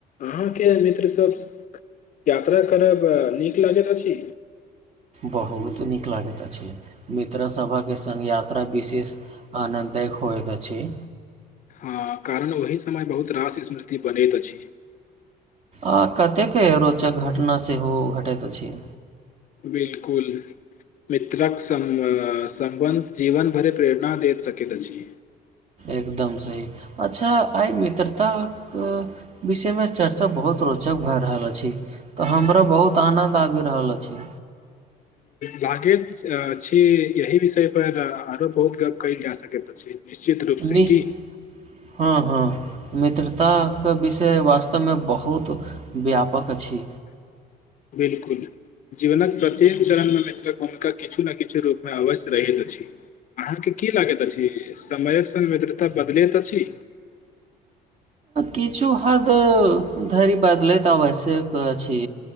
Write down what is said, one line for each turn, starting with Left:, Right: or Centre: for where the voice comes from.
Left: अहाँके मित्र संग यात्रा करब नीक लागैत अछि
Right: बहुत नीक लागैत अछि मित्र सभके संग यात्रा विशेष आनन्द देखाबैत अछि
Left: हँ कारण ओही समय बहुत रास स्मृति बनैत अछि
Right: आ कतेको रोचक घटना सेहो घटैत अछि
Left: बिलकुल मित्रक संगमे सम्बन्ध जीवन भरिक प्रेरणा दैत सकैत अछि
Right: एकदम सही अच्छा आइ मित्रताक विषयमे चर्चा बहुत रो चक भए रहल अछि तऽ हमरा बहुत आनन्द आबि रहल अछि
Left: लागैत छी यही विषय पर आओरो बहुत गप्प कयल जा सकैत अछि निश्चित रूपसँ
Right: निश
Left: की
Right: हँ हँ मित्रताक के विषय वास्तवमे बहुत व्यापक छी
Left: बिलकुल जीवनक प्रत्येक चरणमे मित्रक भूमिका किछु ने किछु रूपमे अवश्य रहैत अछि अहाँके की लागैत अछि समयक संग मित्रता बदलैत अछि
Right: किछु हद धरि बदलैत आवश्यक अछि